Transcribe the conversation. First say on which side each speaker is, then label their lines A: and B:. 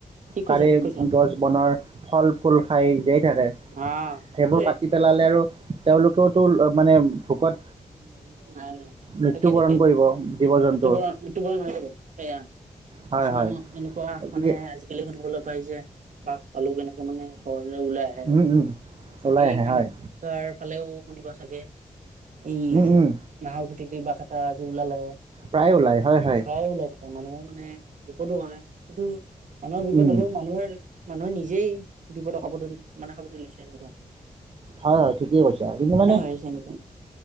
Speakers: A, on the right; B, on the right.
A: ঠিক
B: তাৰে
A: কৈছা ঠিক কৈছা
B: গছ বনৰ ফল ফুল খাই যে থাকে
A: অ
B: সেইবোৰ
A: সেইটোৱে
B: কাটি পেলালে আৰু তেওঁলোকেও মানে ভোকত
A: নাই নাই
B: মৃত্যুবৰণ
A: তাকে তাকে
B: কৰিব জীৱ জন্তুৰ
A: ইু ইটোুব ন তাকে
B: হয়
A: কিছুমানো
B: হয়
A: এনেকুৱা
B: গতিকে
A: মানে আজিকালি শুনিবলৈ পাইছে বাাক পালেও কেনেকে মানে চ ওলাই আহে
B: উম, উম, ওলাই
A: এই
B: আহে
A: কামাখ্যাৰ
B: হয়
A: ফালেও খদি ভা চাগে এই
B: উম, উম,
A: নাহৰ জুতি কিবা এটা আজি ওলালে প্ৰায়ে
B: প্ৰায় ওলায় হয় হয়
A: ওলাই থাকে মানুহৰ মানে বিপদো কিন্তু মানুহৰ বিপদ
B: উম,
A: হ'লেও মানুহে মানুহে নিজেই বিপদৰ কাপোৰ মানে কাপোৰত লৈছে এনেকুৱা
B: হয় হয় ঠিকেই কৈছা
A: মানুহৰ
B: কিন্তু
A: কাৰণে
B: মানে
A: হৈ আছে এনেকুৱা